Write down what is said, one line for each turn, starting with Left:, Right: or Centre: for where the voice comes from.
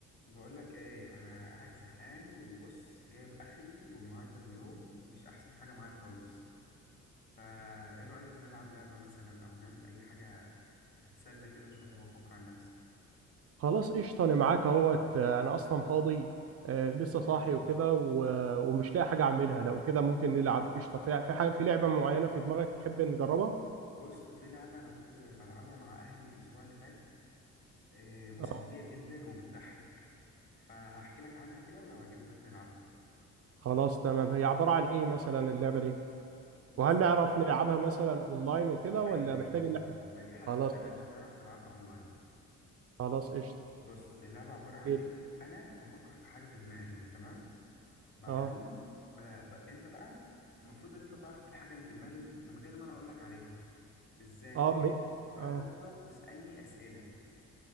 Left: بقول لك ايه انا قاعد زهقان وبص جايب اخري والنهارده اليوم مش احسن حاجه معايا خالص فا ايه رايك نلعب لعبه مثلا او نعمل اي حاجه اتسلى كده شويه وافك عن نفسي
Right: خلاص قشطة أنا معاك أهوت أنا أصلا فاضي آه، لسه صاحي
Left: مم.
Right: وكده و- ومش لاقي حاجة أعملها لو كده ممكن نلعب قشطة في في حاجة في لعبة معينة في دماغك تحب نجربها؟
Left: بص في لعبه انا كنت بلعبها مع اهلي الاسبوع اللي فات آه، مسليه
Right: آه.
Left: جدا وبتضحك فهحكي لك عنها كده ولو عجبتك نلعبها
Right: خلاص تمام هي عبارة عن إيه مثلا اللعبة دي؟
Left: بص
Right: وهل نعرف نلعبها مثلا أونلاين وكده ولا
Left: ايوه
Right: محتاج
Left: اه اه
Right: إن
Left: اه
Right: إحنا
Left: آه، ما دي حلاوتها
Right: خلاص
Left: ان
Right: قشطة
Left: انت تعرف تلعبها اونلاين
Right: خلاص قشطة
Left: بص اللعبه عباره عن
Right: أكيد.
Left: ايه انا بفكر في حاجه في دماغي تمام بعدين
Right: أه
Left: ب... ب... انت بقى المفروض ان انت تعرف الحاجه اللي في دماغي دي من غير ما انا اقول لك عليها ازاي
Right: أه م...
Left: هتفضل
Right: أه
Left: تسالني اسئله